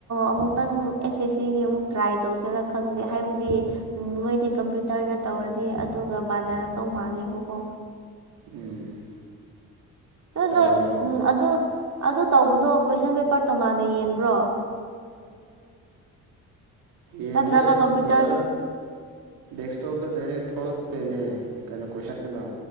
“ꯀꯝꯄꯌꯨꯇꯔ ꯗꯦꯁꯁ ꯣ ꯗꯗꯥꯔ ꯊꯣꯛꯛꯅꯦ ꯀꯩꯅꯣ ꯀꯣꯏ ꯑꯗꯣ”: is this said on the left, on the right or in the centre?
Right